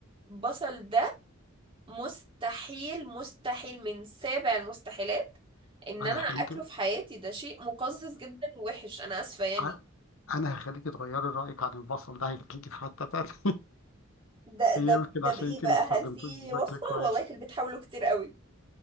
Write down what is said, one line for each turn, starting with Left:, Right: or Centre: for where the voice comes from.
Right: البصل ده مستحيل مستحيل من سابع المستحيلات ان
Left: انا
Right: انا
Left: هخليك
Right: اكله في حياتي ده شيء مقزز جدا ووحش انا اسفه يعني
Left: انا انا هخليك تغيري رايك عن البصل ده هيخليكي في حته تانيه
Right: ده
Left: <laughs>
Right: ده
Left: يمكن
Right: ده
Left: عشان
Right: بايه
Left: انت
Right: بقى
Left: ما استخدمتوش
Right: هل في
Left: بشكل
Right: وصفة
Left: كويس
Right: والله في البيت حاولوا كتير قوي